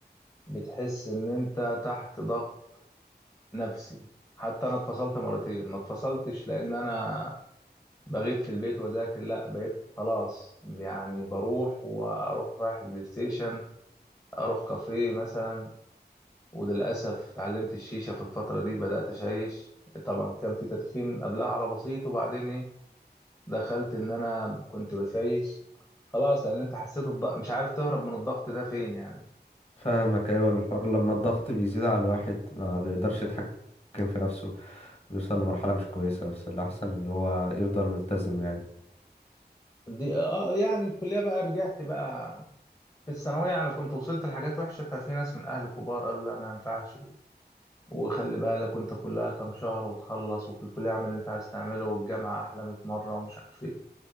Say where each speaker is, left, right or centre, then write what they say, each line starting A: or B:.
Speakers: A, on the left; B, on the left.
A: بتحس ان انت تحت ضغط نفسي حتى انا اتفصلت مرتين ما اتفصلتش لان انا بغيب في البيت واذاكر لا بقيت خلاص يعني بروح واروح رايح البلاي ستيشن اروح كافيه مثلا وللأسف اتعلمت الشيشة في الفترة دي بدأت أشيش طبعا كان في تدخين قبلها على بسيط وبعدين إيه دخلت إن أنا كنت بشيش خلاص لأن أنت حسيت الضغط مش عارف تهرب من الضغط ده فين يعني
B: فاهمك أيوة الحوار لما الضغط بيزيد على الواحد ما بيقدرش يتحكم في نفسه بيوصل لمرحلة مش كويسة بس الأحسن إن هو يفضل ملتزم يعني
A: دي آه يعني الكلية بقى رجعت بقى في الثانوية يعني كنت وصلت لحاجات وحشة ففي ناس من أهل كبار قالوا لا ما ينفعش و- وخلي بالك أنت كلها كام شهر وتخلص وفي الكلية اعمل اللي أنت عايز تعمله والجامعة أحلى 100 مرة ومش عارف إيه